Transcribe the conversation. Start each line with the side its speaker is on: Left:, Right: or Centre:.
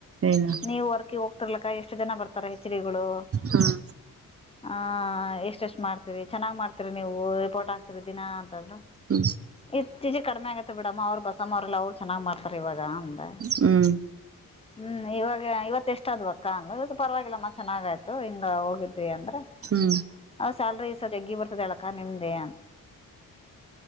Right: ಏನ
Left: ನೀವು ವರ್ ಅ ಹೋಗ್ತಿರ್ಲಕ್ಕ ಎಷ್ಟು ಜನ ಬರ್ತಾರ ಹೆಚ್ ಡಿ ಗಳು
Right: ಹ್ಮ್
Left: ಹಾ ಎಷ್ಟ ಎಷ್ಟ್ ಮಾಡ್ತೀರಿ ಚೆನ್ನಾಗ್ ಮಾಡ್ತೀರಿ ನೀವು ರಿಪೋರ್ಟ್ ಆಗ್ತೀರಿ ದಿನಾ ಅಂತಂದ್ರ
Right: <inaudible>
Left: ಇತ್ತೀಚೆ ಕಡಿಮೆ ಆಗತ್ತೆ ಬಿಡಮ್ಮ ಅವ್ರು ಬಸಮ್ಮ ಅವ್ರಲ್ಲ ಅವ್ರು ಚೆನ್ನಾಗ್ ಮಾಡ್ತಾರೆ ಇವಾಗ ಅಂದೆ
Right: ಹುಂ
Left: ಹುಂ ಇವಾಗ ಇವತ್ತು ಎಷ್ಟು ಆದು ಅಕ್ಕಾ ಅಂದ್ಲು ಪರವಾಗಿಲ್ಲಮ್ಮ ಚೆನ್ನಾಗ ಆಯ್ತು ಹಿಂಗ ಹೋಗಿದ್ವಿ ಅಂದ್ರೆ
Right: ಹುಂ
Left: ಆ ಸ್ಯಾಲ್ರಿ ಸತೆಗ್ಗಿ ಬರ್ತದ ಅಕ್ಕಾ ನಿಮ್ದೇ